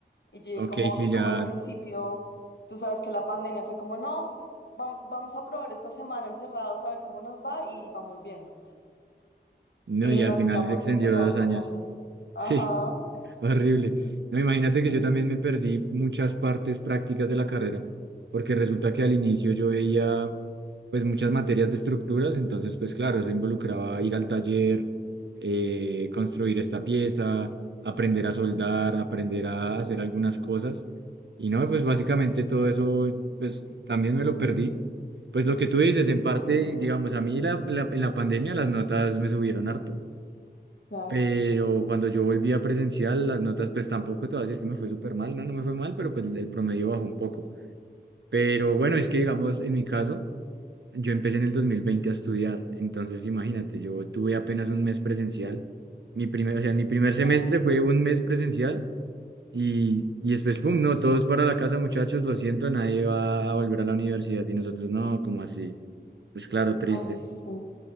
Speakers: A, on the left (about 75°); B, on the right (about 80°).
A: Y yo
B: Ok,
A: como,
B: sí,
A: y
B: ya,
A: como al principio, tú sabes que la pandemia fue como, no, vamos, vamos a probar esta semana encerrados a ver cómo nos va y vamos viendo.
B: no,
A: Y
B: y al
A: resultamos
B: final se extendió
A: encerrados
B: dos
A: dos
B: años.
A: años. Ajá.
B: Sí, <laughs> horrible. No, imagínate
A: Sí,
B: que yo también me perdí muchas partes prácticas de la carrera, porque resulta que al inicio yo veía pues muchas materias de estructuras, entonces pues claro, eso involucraba ir al taller, eh, construir esta pieza, aprender a soldar, aprender a hacer algunas cosas. Y no, pues básicamente todo eso, pues también me lo perdí. Pues lo que tú dices, en parte,
A: mm,
B: digamos, a mí la, la- en la pandemia las notas me subieron harto,
A: claro,
B: pero cuando yo volví a presencial, las notas, pues tampoco te voy a decir que me fue súper mal, no, no me fue mal, pero pues el promedio bajó un poco. Pero bueno, es que digamos, en mi caso, yo empecé en el 2020 a estudiar, entonces imagínate, yo tuve apenas un mes presencial. Mi primer, o sea, mi primer semestre
A: claro.
B: fue un mes presencial y, y después, pum, no, todos para la casa, muchachos, lo siento, nadie va a volver a la universidad y nosotros no, como así? Pues claro, triste.
A: Ay, sí.